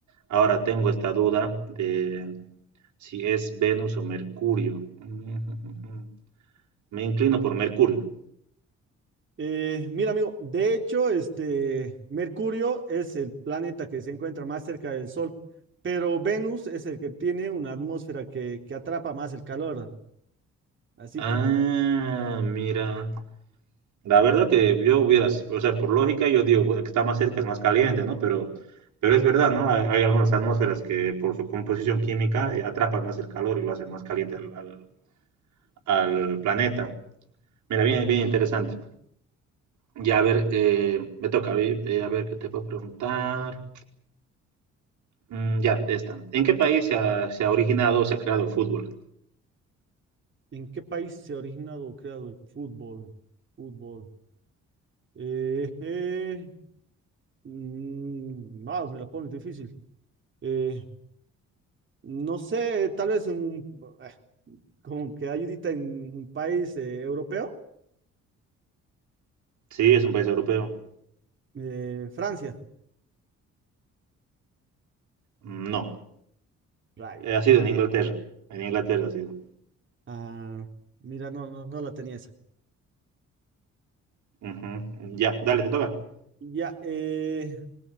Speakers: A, on the right; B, on the right.
A: Ahora tengo esta duda de si es Venus o Mercurio. <laughs> Me inclino por Mercurio.
B: Eh, mira amigo, de hecho, este Mercurio es el planeta que se encuentra más cerca del Sol, pero Venus es el que tiene una atmósfera que, que atrapa más el calor. Así
A: Ah,
B: que...
A: mira. La verdad que yo hubiera, o sea, por lógica yo digo, bueno, que está más cerca, es más caliente, ¿no? Pero, pero es verdad, ¿no? Hay, hay algunas atmósferas que por su composición química eh, atrapan más el calor y lo hacen más caliente al, al- al planeta. Mira, bien, bien interesante. Ya, a ver, eh, me toca, a ver, eh, a ver qué te puedo preguntar. Mm, ya, esta. ¿En qué país se ha, se ha originado o se ha creado el fútbol?
B: ¿En qué país se ha originado o creado el fútbol? Fútbol. Eh, eh, mm, ah, me la pones difícil. Eh, no sé, tal vez en un, eh, como que hay ahorita en un país eh, europeo,
A: Sí, es un país europeo.
B: Eh, Francia.
A: Mm, No,
B: Rayos.
A: Eh, ha sido en Inglaterra. En Inglaterra ha sido.
B: Ah, mira, no, no, no la tenía esa.
A: Ujú. Ya, dale, te toca.
B: Ya, eh,